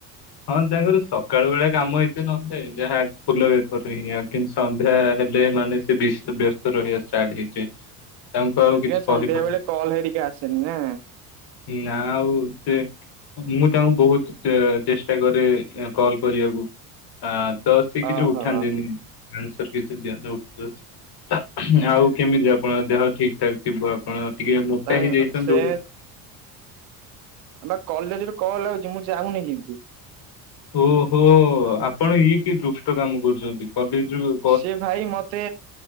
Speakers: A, on the left; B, on the right.
A: ହଁ ତାଙ୍କର ସକାଳ ବେଳା କାମ ଏତେ ନଥାଏ ଯାହା ଫୁଲ ବେପାର ହିଁ ଆ କିନ୍ତୁ ସନ୍ଧ୍ୟା ହେଲେ ମାନେ ସେ ବ୍ୟସ୍ତ ବ୍ୟସ୍ତ ରହିବା ଷ୍ଟାର୍ଟ ହେଇଯାଏ। ତାଙ୍କୁ ଆଉ
B: ସେଥିପାଇଁ
A: କିଛି
B: ସନ୍ଧ୍ୟା
A: କହିପାରୁନି
B: ବେଳେ କଲ୍ ହେରିକି ଆସେନି ନା।
A: ନା ଆଉ ସିଏ ମୁଁ ତାଙ୍କୁ ବହୁତ ଚେ ଚେଷ୍ଟା କରେ କଲ୍ କରିବାକୁ ଆ ତ ସିଏ କିଛି
B: ଓହୋ।
A: ଉଠାନ୍ତିନି ଆନ୍ସର କିଛି ଦିଅ <unintelligible> ଆଉ କେମିତି ଆପଣଙ୍କ ଦେହ ଠିକ ଠାକ୍ ଥିବ ଆପଣ ଟିକେ ମୋଟା
B: ତାଙ୍କ
A: ହେଇଯାଇଚନ୍ତି
B: ସେ
A: <unintelligible>
B: ବା କଲେଜରେ କଲ ଆଉଚି ମୁଁ ଯାଉନି କିନ୍ତୁ।
A: ଓହୋ ଆପଣ ଇଏ କି ଦୁଷ୍ଟ କାମ କରୁଚନ୍ତି କଲେଜ କୁ
B: ସେ ଭାଇ ମତେ